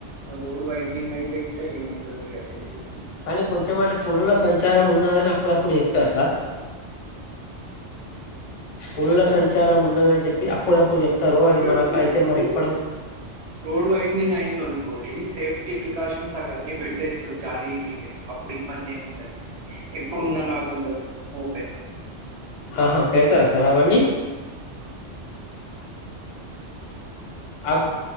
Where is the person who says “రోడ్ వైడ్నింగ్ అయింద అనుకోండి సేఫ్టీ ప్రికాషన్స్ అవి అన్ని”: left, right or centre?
Right